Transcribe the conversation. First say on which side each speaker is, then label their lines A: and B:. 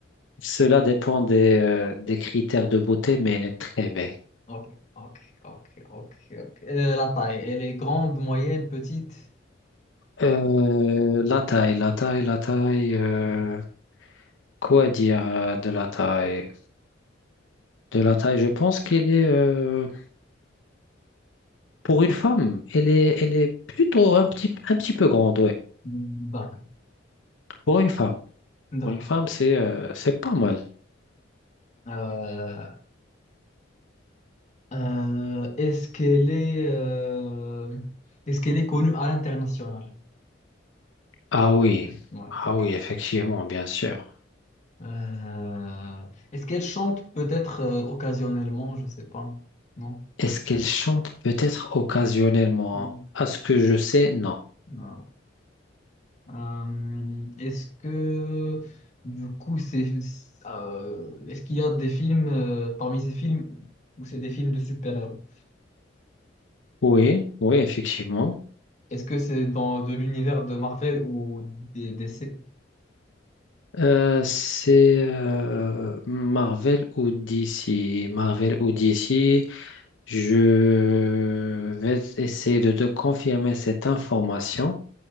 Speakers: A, on the left; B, on the left.
A: Cela dépend des, euh, des critères de beauté, mais elle est très belle.
B: Ok, ok, ok, ok, ok. Euh, la taille, elle est grande, moyenne, petite?
A: Euh, la taille, la taille, la taille. euh, quoi dire euh, de la taille? De la taille, je pense qu'elle est, euh, pour une femme, elle est, elle est plutôt un petit, un petit peu grande, ouais.
B: Hmm, D'accord,
A: Pour une femme.
B: d'accord.
A: Pour une femme, c'est euh, c'est pas mal.
B: Euh, euh, est-ce qu'elle est, euh, est-ce qu'elle est connue à l'international?
A: Ah oui,
B: Ouais,
A: ah
B: ok.
A: oui, effectivement, bien sûr.
B: Euh, est-ce qu'elle chante peut-être euh, occasionnellement? Je sais pas. Non?
A: Est-ce qu'elle chante peut-être occasionnellement?
B: Hmm,
A: À ce que je sais, non.
B: non, ok. Euh, est-ce que du coup c'est euh, est-ce qu'il y a des films euh, parmi ces films où c'est des films de super-héros?
A: Oui, oui, effectivement.
B: Est-ce que c'est dans de l'univers de Marvel ou des DC?
A: Euh, c'est euh, Marvel ou DC. Marvel ou DC, je vais essayer de te confirmer cette information.